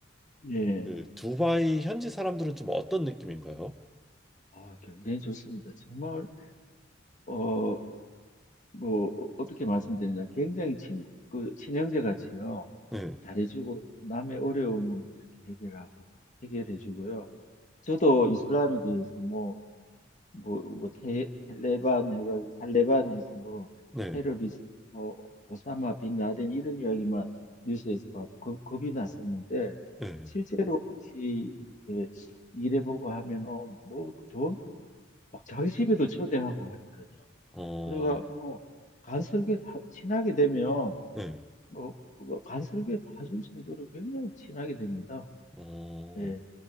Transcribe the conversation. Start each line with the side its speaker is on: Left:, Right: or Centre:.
Left: 예.
Centre: 그 두바이 현지 사람들은 좀 어떤 느낌인가요?
Left: 아, 굉장히 좋습니다. 정말 어 뭐 어- 떻게 말씀드리냐 굉장히 친구 그 친형제 같이요
Centre: 네,
Left: 잘해주고 남의 어려움을 이렇게 해결하고 해결해주고요 저도 이슬람에 대해서 뭐 뭐뭐 텔레반 해가지고 탈레반에서
Centre: 네,
Left: 테러리스트 뭐 오사마 빈 라덴 이런 이야기만 뉴스에서 봐서 겁, 겁이 났었는데
Centre: 네.
Left: 실제로 같이 이렇게 일해보고 하면 어, 뭐 좋은 막 자기 집에도 초대하고 하니까요
Centre: 어,
Left: 그래가 뭐 간설계 다 친하게 되면
Centre: 네.
Left: 뭐 그거 간설계 다 준 정도로 굉장히 친하게 됩니다.
Centre: 어,
Left: 예.